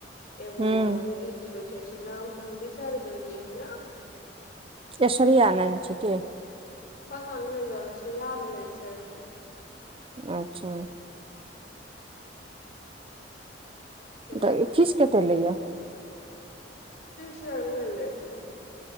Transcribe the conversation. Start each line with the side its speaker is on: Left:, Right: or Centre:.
Left: एगो
Right: हूँ
Left: ल लेडीज बैठे छै नाम तऽ हम बिसार गेलियै ह नाम
Right: ऐश्वर्या नाम छै क
Left: पता ने नहि जानै छै याद नहि छै।
Right: अच्छा।
Left: तें
Right: त फीस कते लेया।
Left: तीन सौ अ लऽ ले छ।